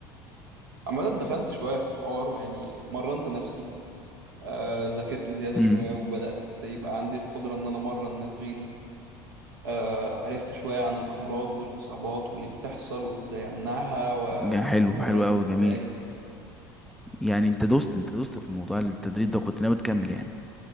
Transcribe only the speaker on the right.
عامة دخلت شوية في الحوار ويعني مرنت نفسي آه، ذاكرت زيادة
شوية وبدأت يبقى عندي القدرة ان انا امرن ناس غيري آه، عرفت شوية عن الأمراض والإصابات واللي بتحصل وإزاي أمنعها وأتمرن
إزاي